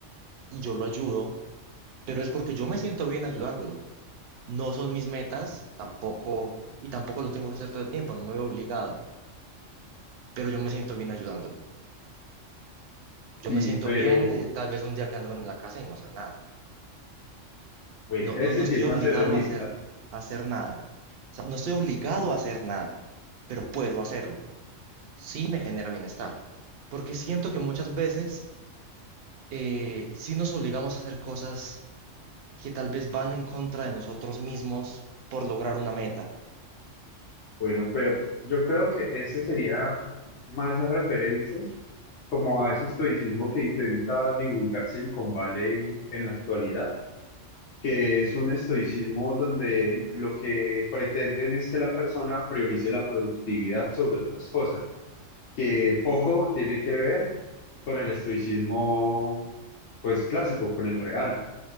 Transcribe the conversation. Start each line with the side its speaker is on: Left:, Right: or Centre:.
Right: y yo lo ayudo, pero es porque yo me siento bien ayudándolo. No son mis metas, tampoco, y tampoco lo tengo que hacer todo el tiempo, no me veo obligado, pero yo me siento bien ayudándolo. Yo
Left: Sí,
Right: me siento
Left: pero
Right: bien, eh, tal vez un día quedándome en la casa y no hacer nada.
Left: bueno,
Right: No,
Left: ese
Right: no, no estoy
Left: sí es
Right: obligado
Left: macedonista.
Right: a hacer, a hacer nada. O sea, no estoy obligado a hacer nada, pero puedo hacerlo. Sí me genera bienestar. Porque siento que muchas veces eh, sí nos obligamos a hacer cosas que tal vez van en contra de nosotros mismos por lograr una meta
Left: Bueno, pero yo creo que ese sería más referente como a ese estoicismo que intenta divulgar Silicon Valley en la actualidad, que es un estoicismo donde lo que pretenden es que la persona priorice la productividad sobre otras cosas, que poco tiene que ver con el estoicismo pues clásico, con el real